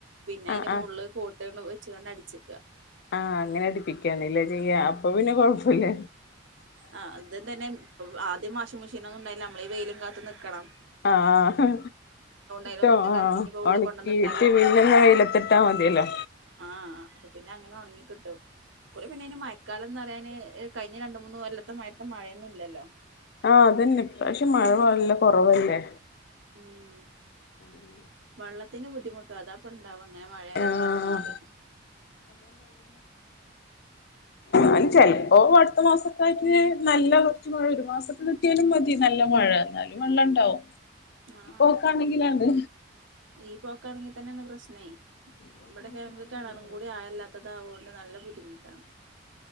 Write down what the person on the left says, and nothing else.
ആഹ്
ആഹ്
ആഹ് അങ്ങനെ അടുപ്പിക്കാണ്ലെ ചെയ്യ അപ്പൊ പിന്നെ കൊഴപ്പില്ല
ആഹ്
ട്ടോ ആ
ഒണക്കീട്ട്
പിന്നെ വെയിലത്തിട്ടാ തിയല്ലോ
ആ അതന്നെ പക്ഷെ മഴ വല്ല കുറവല്ലേ
മ്
ആഹ്
അയ്ൻ ചെലപ്പോ അടുത്ത മാസക്കായിട്ട് നല്ല മഴ ഒരു മാസത്തെ കട്ടിയാലും മതി നല്ല മഴ ന്നാലും വെള്ളണ്ടാവും
പോക്കാണെങ്കിലണ്ട്
ഈ പോക്കാണെങ്കിലാണ്
എടങ്ങേറാവാ